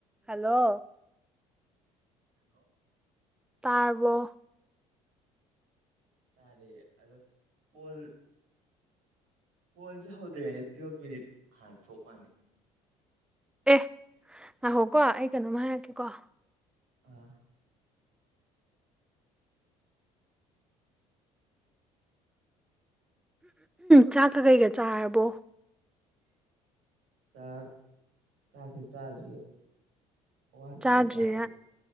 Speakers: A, in the centre; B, on the right.
A: hello
B: hello
A: ꯇꯥꯔꯕꯣ
B: ꯇꯥꯔꯦ ꯑꯗꯣ ꯀꯣꯜ ꯀꯣꯜꯁꯦ ꯍꯧꯗ꯭ꯔꯤꯉꯩꯗ ꯇꯨꯌꯦꯜꯞ ꯃꯤꯅꯤꯠ ꯍꯥꯟꯅ ꯊꯣꯛꯄꯅꯤ
A: ꯑꯦ ꯉꯥꯏꯍꯣꯀꯣ ꯑꯩ ꯀꯩꯅꯣꯝꯃ ꯍꯥꯏꯔꯛꯀꯦꯀꯣ
B: ꯎꯝ
A: ꯆꯥꯛꯀ ꯀꯩꯀ ꯆꯥꯔꯕꯣ
B: ꯆꯥꯛ ꯆꯥꯛꯁꯤꯦ ꯆꯥꯗ꯭ꯔꯤ ꯋꯥꯠꯂꯤ
A: ꯆꯥꯗ꯭ꯔꯤꯌꯦ
B: ꯆꯥꯛꯇꯤ